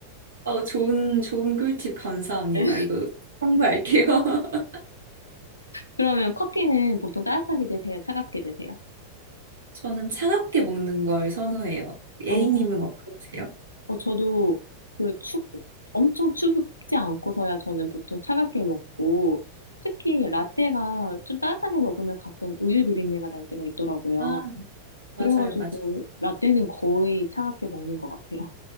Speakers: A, on the right; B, on the left.
A: 어, 좋은, 좋은 꿀팁 감사합니다.
B: 네.
A: 이거 참고할게요. <laughs>
B: 그러면 커피는 보통 따뜻하게 드세요? 차갑게 드세요?
A: 저는 차갑게 먹는 걸 선호해요. A님은
B: 어,
A: 어떠세요?
B: 어, 저도 그 추, 엄청 추지 않고서야 저는 보통 차갑게 먹고, 특히 라떼가 좀 따뜻하게 먹으면 가끔 우유 비린내가 날 때가 있더라고요.
A: 아,
B: 그래가지고
A: 맞아요, 맞아요.
B: 라떼는 거의 차갑게 먹는 것 같아요.